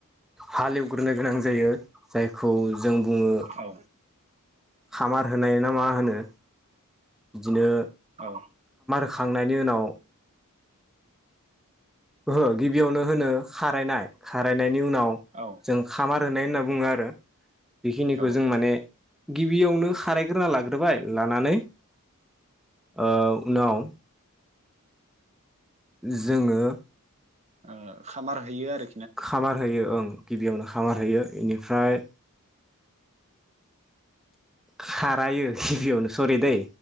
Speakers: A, in the centre; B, on the right (about 30°).
A: हाल एवग्रोनो गोनां जायो जायखौ। जों बुङो
B: औ
A: खामार होनाय ना मा होनो। बिदिनो।
B: औ।
A: खांनायनि उनाव ओहो गिबियावनो होनो खारायनाय खारायनायनि उनाव
B: औ
A: जों खामा होनाय होनना बुङो आरो बेखिनिखौ
B: औ
A: जों माने गिबियावनो खारायग्रोना लाग्रोबाय लानानै ओ उनाव जोङो
B: ओ खामार होयो आरो।
A: खामार होयो ओं गिबियावनो खामार होयो इनिफ्राय खारायो गिबियावनो सरि दे।